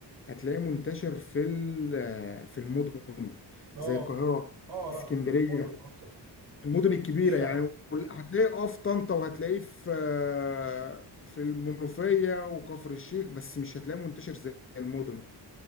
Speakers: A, on the left (about 30°); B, on the right (about 70°).
A: هتلاقيه منتشر في ال- آه، في المدن
B: اه
A: زي القاهرة
B: في- اه لا
A: اسكندرية
B: الموديل اكتر
A: المدن
B: مدن
A: الكبيرة
B: كبيرة
A: يعني هتلاقيه اه في طنطا وهتلاقيه في آه، في المنوفية وكفر الشيخ بس مش هتلاقيه منتشر زي المدن